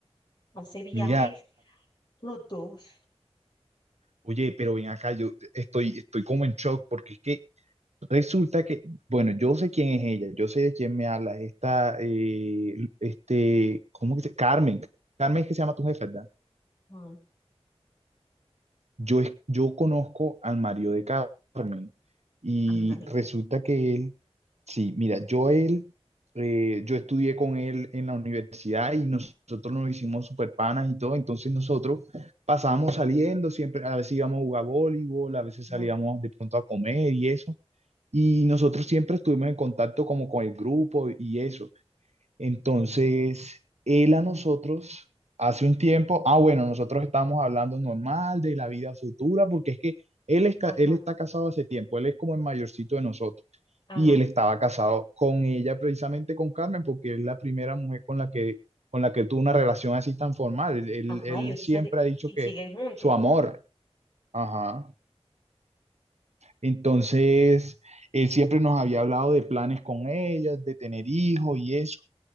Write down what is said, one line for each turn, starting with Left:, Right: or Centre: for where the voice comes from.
Left: hace viajes
Right: Mira,
Left: los dos.
Right: oye, pero ven acá, yo estoy, estoy como en shock porque es que Resulta que, bueno, yo sé quién es ella, yo sé de quién me habla, esta, eh, este, ¿cómo que se Carmen, Carmen es que se llama tu jefa, ¿verdad?
Left: Ah,
Right: Yo, es- yo conozco al marido de Carmen y
Left: ándale.
Right: resulta que él, sí, mira, yo él, eh, yo estudié con él en la universidad y nosotros nos hicimos super panas y todo, entonces nosotros pasábamos saliendo, siempre, a veces íbamos a jugar voleibol, a veces
Left: Ajá,
Right: salíamos de pronto a comer y eso. Y nosotros siempre estuvimos en contacto como con el grupo y eso. Entonces, él a nosotros hace un tiempo, ah, bueno, nosotros estábamos hablando normal de la vida futura, porque es que él, es ca-
Left: ajá,
Right: él está casado hace tiempo, él es como el mayorcito de nosotros.
Left: ajá,
Right: Y él estaba casado con ella, precisamente con Carmen, porque es la primera mujer con la que, con la que tuvo una relación así tan formal. Él, él
Left: ajá,
Right: él
Left: y, otros
Right: siempre
Left: han de-
Right: ha dicho
Left: y
Right: que
Left: siguen juntos.
Right: su amor, ajá. Entonces, él siempre nos había hablado de planes con ella, de tener hijos y eso,